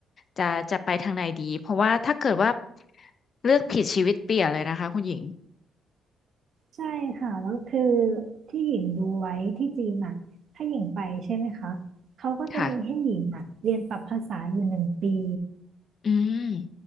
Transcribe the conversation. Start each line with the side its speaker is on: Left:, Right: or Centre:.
Left: จะจะไปทางไหนดีเพราะว่าถ้าเกิดว่าเลือกผิดชีวิตเปลี่ยนเลยนะคะคุณหญิง
Right: ใช่ค่ะแล้วคือที่หญิงดูไว้ที่จีนอ่ะถ้าหญิงไปใช่ไหมคะเขาก็จะมีให้หญิงอ่ะเรียนปรับภาษาอยู่หนึ่งปี
Left: ค่ะอืม